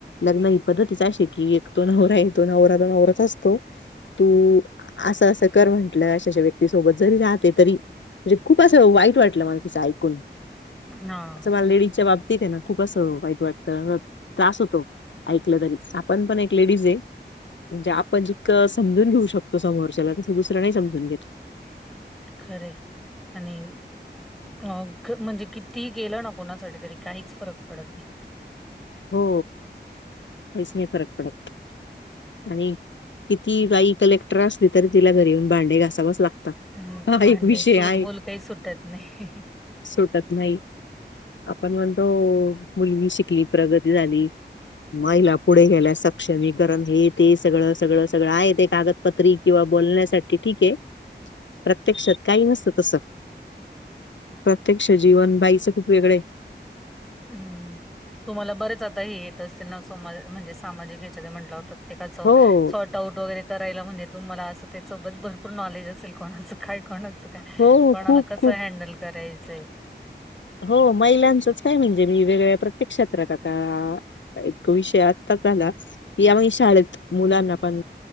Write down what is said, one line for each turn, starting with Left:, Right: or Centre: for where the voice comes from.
Left: लग्न ही पद्धतच अशीय की एक तो नवराय, तो नवरा नवराच असतो तू असं असं कर म्हंटलं अशा अशा व्यक्तीसोबत जरी राहते तरी म्हणजे खूप असं वाईट वाटलं मला तिचं ऐकून
Centre: हां,
Left: असं मला लेडीजच्या बाबतीेत आहे ना खूप असं वाईट वाटतं, त्रास होतो ऐकलं तरी, आपण पण एक लेडीजय. म्हणजे आपण जितक समजून घेऊ शकतो समोरच्याला तसं दुसर नाही समजून घेत.
Centre: खरय आणि अ म्हणजे कितीही केलं ना कोणासाठी तरी काहीच फरक पडत नाही.
Left: हो काहीच नाही फरक पडत. आणि किती बाई कलेक्टर असली तरी तिला घरी येऊन भांडे घासावच लागत.
Centre: हम्म
Left: हा
Centre: भांडे
Left: एक विषय
Centre: चूल
Left: आहे
Centre: मूल काय सुटत नाही.
Left: सुटत नाही आपण म्हणतो मुलगी शिकली प्रगती झाली. महिला पुढे गेल्या सक्षमीकरण हे ते सगळं सगळं सगळं आहे ते कागद पत्री किंवा बोलण्यासाठी ठीकय प्रत्यक्षात काही नसतं तसं. प्रत्यक्ष जीवन बाईचं खूप वेगळय.
Centre: हम्म तुम्हाला बरेच आता हे येत असतील ना समा म्हणजे सामाजिक ह्याच्यात म्हटल्यावर तर?
Left: हो
Centre: <unintelligible> डाऊट वगैरे करायला म्हणजे तुम्हाला असं त्यासोबत भरपूर नॉलेज असेल कोणाचं काय कोणाचं काय
Left: हो
Centre: कोणाला
Left: खूप
Centre: कसं
Left: खूप
Centre: हँडल करायचंय.
Left: हो महिलांचंच काय म्हणजे मी वेगळ्या प्रत्येक क्षेत्रात आता एक विषय आत्ताच झाला या <unintelligible> शाळेत मुलांना पण